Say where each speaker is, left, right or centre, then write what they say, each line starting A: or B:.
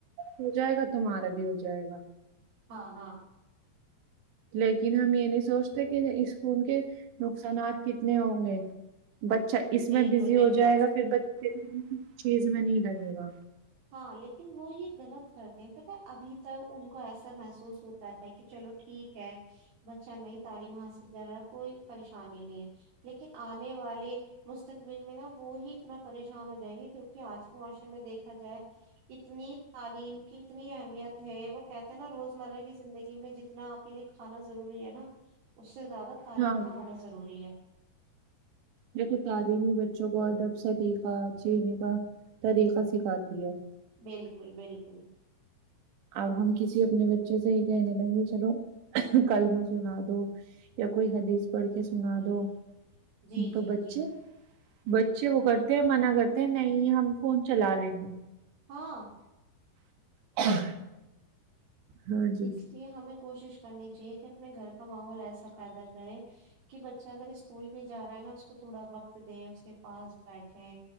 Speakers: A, on the right; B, on the right.
A: ہو جائے گا تمہارا بھی ہو جائے گا
B: ہاں ہاں
A: لیکن ہم یہ نہیں سوچتے کہ اس فون کے نقصانات کتنے ہوں گے بچہ اس
B: بالکل
A: میں بزی ہو
B: بالکل
A: جائے گا پھر چیز میں نہیں لگے گا
B: ہاں لیکن وہ یہ غلط کرتے ہیں پتا ابھی توک ان کو ایسا محسوس ہوتا ہے کہ چلو ٹھیک ہے بچہ نہیں تعلیم حاصل کر رہا کوئی پریشانی نہیں ہے لیکن آنے والے مستقبل میں نا وہی اتنا پریشان ہو جائیں گے کیوںکہ آج کے معاشر میں دیکھ ا جائے اتنی تعلیم کی اتنی اہمیت ہے وہ کہتے ہیں نا روز مرہ کی زندگی میں جتنا آپ کے لیے کھانا ضروری ہے نا اس سے زیادہ تعلیم
A: ہاں جی
B: کا ہونا ضروری ہے
A: دیکھو تعلیمی بچوں کو ادب سریقہ جینے کا طریقہ سکھاتی ہے
B: بالکل بالکل
A: اب ہم کسی اپنے بچے سے یہ کہنے لگیں گے چلو کلمہ سنا دو یا کوئی حدیث پڑھ کے سنا دو
B: جی
A: تو
B: جی
A: بچے
B: جی
A: بچے وہ کرتے ہیں منع کرتے ہیں نہیں ہم فون چلا لیں گے
B: ہاں
A: <inaudible> ہاں جی
B: اس لیے ہمیں کوشش کرنی چاہیے کہ اپنے گھر کا ماحول ایسا پیدا کرے کہ بچہ اگر اسکول میں جا رہا ہے نا اس اس کو تھوڑا وقت دے اس کے پاس بیٹھے